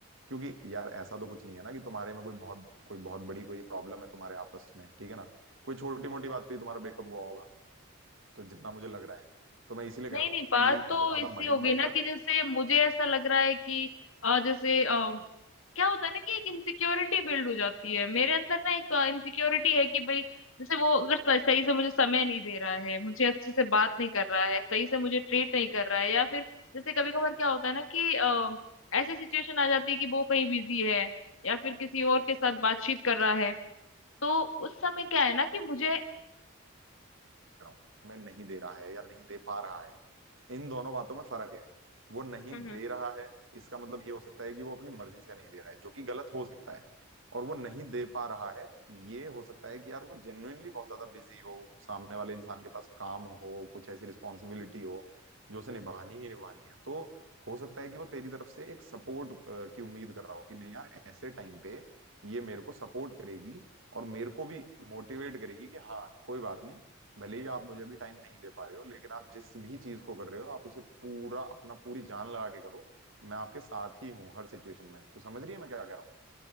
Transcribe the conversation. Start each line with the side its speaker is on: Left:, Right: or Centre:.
Right: क्योंकि यार ऐसा तो कुछ नहीं है ना कि तुम्हारे में कोई बहुत कोई बहुत बड़ी कोई प्रॉब्लम है तुम्हारे आपस में ठीक है ना कोई छोटी मोटी बात पे ही तुम्हारा ब्रेकअप हुआ होगा तो जितना मुझे लग रहा है तो मैं इसीलिए कह
Left: नहीं
Right: रहा हूँ
Left: नहीं बात
Right: कि
Left: तो
Right: ज्यादा
Left: इससे
Right: माइंड
Left: हो गई
Right: मत
Left: ना
Right: कर
Left: कि
Right: कह
Left: जैसे मुझे ऐसा लग रहा है कि अ, जैसे क्या होता है ना कि एक इनसिक्योरिटी बिल्ड हो जाती है मेरे अंदर ना एक इनसिक्योरिटी है कि भाई जैसे वो अगर स- सही से मुझे समय नहीं दे रहा है मुझे अच्छे से बात नहीं कर रहा है सही से मुझे ट्रीट नहीं कर रहा है या फिर जैसे कभी कभार क्या होता है ना कि अ, ऐसी सिचुएशन आ जाती है कि वो कहीं बिजी है या फिर किसी और के साथ बातचीत कर रहा है तो उस समय क्या है ना कि मुझे
Right: रहा हूँ मैं नहीं दे रहा है या नहीं दे पा रहा है इन दोनों बातों में फर्क है वो नहीं
Left: हम्म
Right: दे रहा है इसका मतलब ये हो सकता है कि वो अपनी मर्जी से नहीं दे रहा है जो कि गलत हो सकता है और वो नहीं दे पा रहा है ये हो सकता है कि यार वो जेन्युइनली बहुत ज्यादा बिजी हो सामने वाले इंसान के पास काम हो कुछ ऐसी रिस्पॉन्सिबिलिटी हो जो उसे निभानी ही निभानी है तो हो सकता है कि वो तेरी तरफ से एक सपोर्ट की उम्मीद कर रहा हो कि नहीं यार ऐसे टाइम पे ये मेरे को सपोर्ट करेगी और मेरे को भी मोटिवेट करेगी कि हाँ कोई बात नहीं भले ही आप मुझे भी टाइम नहीं दे पा रहे हो लेकिन आप जिस भी चीज को कर रहे हो आप उसे पूरा अपना पूरी जान लगा के करो मैं आपके साथ ही हूँ हर सिचुएशन में तू समझ रही है मैं क्या कह रहा हूँ